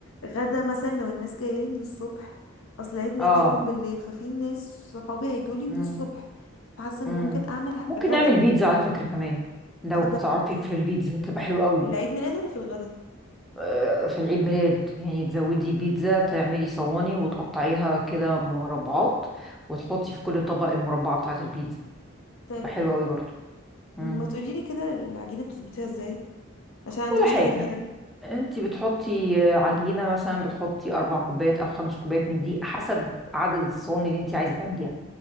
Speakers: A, on the left; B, in the centre.
A: غدا مثلا لو الناس جاية لي من الصبح أصل عيد ميلادي
B: اه
A: هيكون بالليل ففي ناس صحابي هيجوا لي
B: مم.
A: من الصبح فحاسة إن
B: مم.
A: ممكن أعمل
B: ممكن
A: غدا
B: نعمل بيتزا على فكرة كمان لو
A: أو
B: بتعرفي
A: ده, ده
B: في البيتزا تبقى حلوة قوي
A: في العيد ميلاد ولا في الغدا
B: آه، في العيد ميلاد يعني تزودي بيتزا تعملي صواني وتقطعيها كده مربعات وتحطي في كل طبق المربعة بتاعة البيتزا
A: طب
B: تبقى حلوة قوي برضو مم.
A: ما تقوليلي كده العجينة بتظبطيها إزاي عشان عندي
B: ولا
A: مشكلة
B: حاجة
A: فيها
B: انت بتحطي آه، عجينة مثلا بتحطي أربع كوبايات أو خمس كوبايات من دقيق حسب عدد الصواني اللي انت عايزة تعمليها